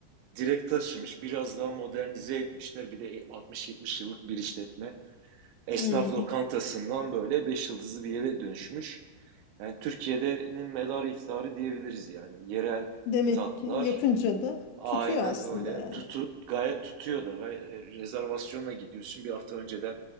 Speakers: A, on the right; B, on the left.
A: direkt taşımış. Biraz daha modernize etmişler. Bir de 60-70 yıllık bir işletme. Esnaf
B: Hmm.
A: lokantasından böyle 5 yıldızlı bir yere dönüşmüş. Yani Türkiye'de'nin medarı iftarı diyebiliriz yani. Yerel
B: Demek
A: tatlar
B: ki yapınca da
A: Aynen
B: tutuyor aslında
A: öyle.
B: yani.
A: Tutu, gayet tutuyor da ve e, rezervasyonla gidiyorsun. Bir hafta önceden